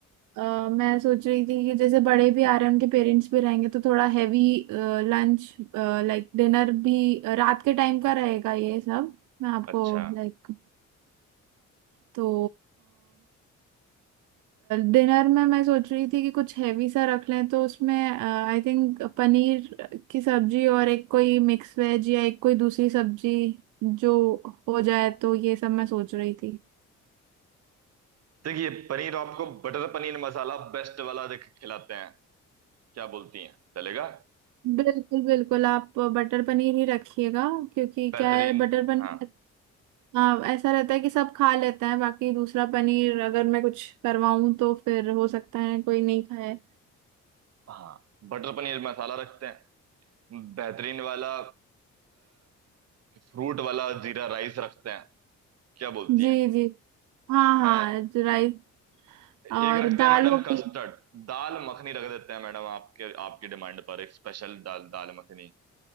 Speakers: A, on the right (about 85°); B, on the right (about 55°).
A: अ, मैं सोच रही थी कि जैसे बड़े भी आ रहे हैं उनके पेरेंट्स भी रहेंगे तो थोड़ा हैवी लंच लाइक डिनर भी अ, रात के टाइम का रहेगा ये सब मैं आपको
B: अच्छा
A: लाइक तो डिनर में मैं सोच रही थी कि कुछ हैवी सा रख लें तो उसमें आई थिंक पनीर की सब्जी और एक कोई मिक्स वेज या एक कोई दूसरी सब्जी जो हो जाए तो ये सब मैं सोच रही थी
B: देखिए पनीर आपको बटर पनीर मसाला बेस्ट वाला देख खिलाते हैं क्या बोलती हैं चलेगा
A: बिल्कुल बिल्कुल आप बटर पनीर ही रखिएगा क्योंकि
B: बेहतरीन
A: क्या है बटर पनीर
B: हाँ
A: हाँ ऐसा रहता है कि सब खा लेते हैं बाकी दूसरा पनीर अगर मैं कुछ करवाऊं तो फिर हो सकता है कोई नहीं खाए
B: हाँ बटर पनीर मसाला रखते हैं बेहतरीन वाला फ्रूट वाला जीरा राइस रखते हैं क्या बोलती
A: जी
B: हैं
A: जी हाँ हाँ
B: हैं
A: राइस और
B: एक रखते
A: दाल
B: हैं मैडम
A: हो
B: कस्टर्ड
A: गई
B: दाल मखनी रख देते हैं मैडम आपके आपकी डिमांड पर एक स्पेशल दाल दाल मखनी